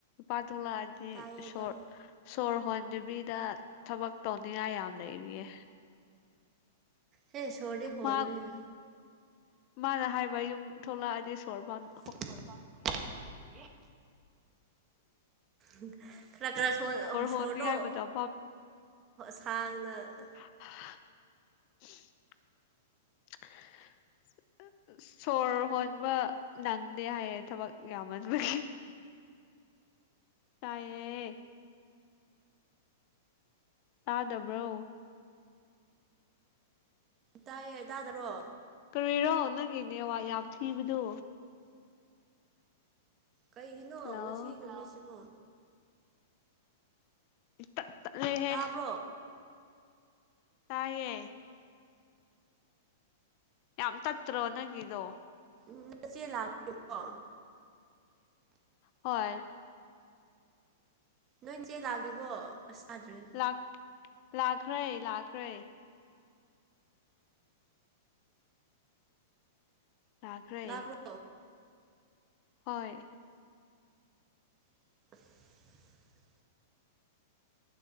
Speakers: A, on the left; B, on the right.
A: ꯄꯥ ꯊꯣꯛꯂꯛꯑꯗꯤ
B: ꯇꯥꯏꯌꯦ
A: ꯁꯣꯔ
B: ꯇꯥꯏꯌꯦ
A: ꯁꯣꯔ ꯍꯣꯟꯗꯕꯤꯗ ꯊꯕꯛ ꯇꯧꯅꯤꯡꯉꯥꯏ ꯌꯥꯝ ꯂꯩꯔꯤꯌꯦ
B: ꯍꯦ ꯁꯣꯔꯗꯤ ꯍꯣꯜ
A: ꯃꯥ
B: ꯂꯨꯍꯦ
A: ꯃꯥꯅ ꯍꯥꯏꯕ ꯌꯨꯝ ꯊꯣꯛꯂꯛꯑꯗꯤ ꯁꯣꯔꯕꯥꯟ
B: <unintelligible> ꯍꯣꯟꯕ ꯉꯝꯗꯤ <unintelligible> <inaudible> ꯈꯔ ꯈꯔ ꯁꯣꯔ
A: ꯍꯣꯟꯅꯤꯡꯉꯥꯏ
B: ꯁꯣꯔꯗꯣ <unintelligible>
A: ꯃꯇꯝ
B: <inaudible>
A: ꯐꯥꯎ
B: ꯁꯥꯡꯅ <unintelligible>
A: <inaudible> ꯁꯣꯔ ꯍꯣꯟꯕ ꯅꯪꯗꯦ ꯍꯥꯏꯌꯦ ꯊꯕꯛ ꯌꯥꯝꯃꯟꯕꯒꯤ ꯇꯥꯌꯦ ꯇꯥꯗꯕ꯭ꯔꯣ
B: ꯇꯥꯏꯌꯦ ꯇꯥꯗꯔꯣ
A: ꯀꯔꯤꯔꯣ ꯅꯪꯒꯤ ꯅꯦꯋꯥꯛ ꯌꯥꯝ ꯊꯤꯕꯗꯨ
B: ꯀꯩꯒꯤꯅꯣ
A: ꯍꯜꯂꯣ
B: ꯉꯁꯤ ꯅꯨꯃꯤꯠꯁꯤꯕꯣ
A: ꯇꯠ ꯇꯠꯂꯦꯍꯦ
B: ꯇꯥꯕ꯭ꯔꯣ
A: ꯇꯥꯢꯌꯦ ꯌꯥꯝ ꯇꯠꯇ꯭ꯔꯣ ꯅꯪꯒꯤꯗꯣ
B: ꯎꯝ ꯅꯆꯦ ꯂꯥꯛꯇ꯭ꯔꯤꯕꯣ
A: ꯍꯣꯏ
B: ꯅꯣꯏꯆꯦ ꯂꯥꯛꯇ꯭ꯔꯤꯕꯣ ꯑꯁ ꯇꯥꯗ꯭ꯔꯦꯅꯦ
A: ꯂꯥꯛ ꯂꯥꯛꯈ꯭ꯔꯦ ꯂꯥꯛꯈ꯭ꯔꯦ ꯂꯥꯛꯈ꯭ꯔꯦ
B: ꯇꯥꯕ꯭ꯔꯣ
A: ꯍꯣꯏ
B: <inaudible>